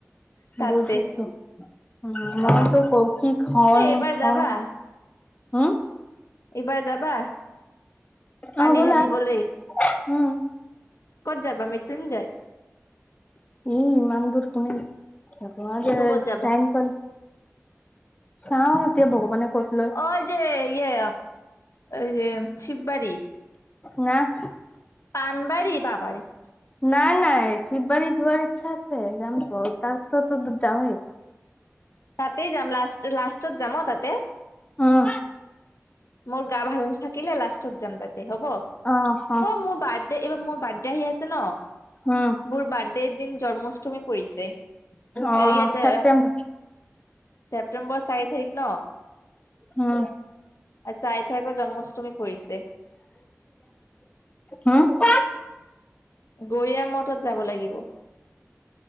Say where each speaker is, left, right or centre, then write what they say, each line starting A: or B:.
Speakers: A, on the left; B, on the left.
A: তাতে
B: বুজিছোঁ <unintelligible> উ মইতো
A: অ
B: কহঁ কি খন
A: এ এইবাৰ
B: খন
A: যাবা
B: উম
A: এইবাৰ যাবা পানী
B: অ ব'লা
A: ঢালিবলে <unintelligible>
B: উম,
A: ক'ত যাবা মৃতুন জয়।
B: এই ইমান দূৰ কোনে যাব, আৰু
A: তো ক'ত যাবা
B: টাইম চাওঁ এতিয়া ভগৱানে ক'ত লয়।
A: অ যে ইয়ে এই যে শিৱবাৰী <unintelligible>
B: ন <unintelligible>
A: পানবাৰী পাবাৰী
B: নাই নাই শিৱৱাৰি যোৱাৰ ইচ্ছা আছে যাম তো তাকো ত যামেই
A: তাতেই যাম লাষ্ট লাষ্টত যাম তাঁতে
B: উম
A: মোৰ গা ভালে থাকিলে লাষ্টত যাম তাতে দে হ'ব অ
B: অ', অ',
A: মোৰ বাৰ্থডে এইবাৰ মোৰ বাৰ্থডে আহি আছে ন
B: উম,
A: মোৰ বাৰ্থডেৰ দিন জন্ম <unintelligible> পৰিছে ইয়াতে
B: অ', ছেপ্টেম্বৰ
A: ছেপ্তেম্বৰ চাৰি তাৰিখ ন
B: হম
A: চাৰি তাৰিখৰ জন্মাষ্টমী পৰিছে
B: হু <unintelligible>
A: গৈয়া মঠত যাব লাগিব